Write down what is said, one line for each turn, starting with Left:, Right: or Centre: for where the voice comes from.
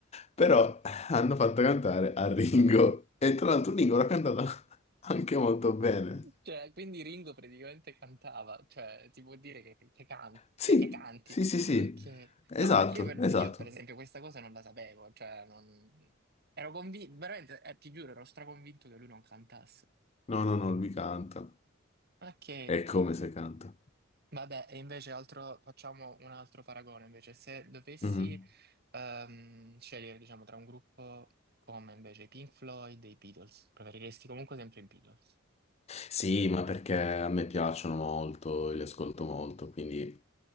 Left: Però hanno fatto cantare a Ringo. E tra l'altro Ringo l'ha cantata anche molto bene.
Right: Cioè, quindi Ringo praticamente cantava, cioè, ti vuol dire che, che, can-
Left: Sì,
Right: cioè, che canti.
Left: sì, sì, sì.
Right: Ok.
Left: Esatto,
Right: No, perché io per,
Left: esatto.
Right: io, per esempio questa cosa non la sapevo, cioè, non... Ero convinto, veramente, eh, ti giuro, ero straconvinto che lui non cantasse.
Left: No, no, no, lui canta.
Right: Ok.
Left: È come se canta.
Right: Vabbè, e invece altro, facciamo un altro paragone, invece, se dovessi
Left: Mhm.
Right: ehm, scegliere, diciamo, tra un gruppo come invece i Pink Floyd e i Beatles, preferiresti comunque sempre i Beatles.
Left: Sì, ma perché a me piacciono molto, li ascolto molto, quindi